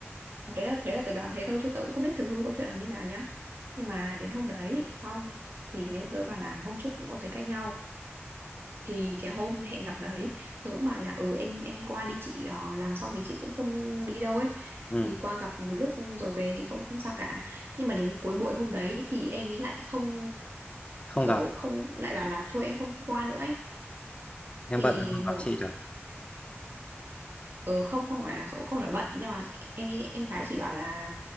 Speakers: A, on the right; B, on the left.
A: đấy là đấy là tớ đoán thế thôi chứ tớ cũng không biết thực hư câu chuyện là như nào nhá nhưng mà đến hôm đấy xong thì Liên tớ bảo là hôm trước cũng có thấy cãi nhau thì cái hôm hẹn gặp đấy tớ cũng bảo là ừ em em qua đi chị ờ, làm xong thì chị cũng không đi đâu ấy
B: ừ
A: thì qua gặp một lúc rồi về thì cũng không sao cả nhưng mà đến cuối buổi hôm đấy thì em ý lại không
B: không
A: kiểu
B: gặp
A: không lại bảo là thôi em không qua nữa ấy
B: em
A: thì
B: bận không
A: một
B: gặp chị được
A: ừ, không không phải là không, không là bận nhưng mà em em gái chị bảo là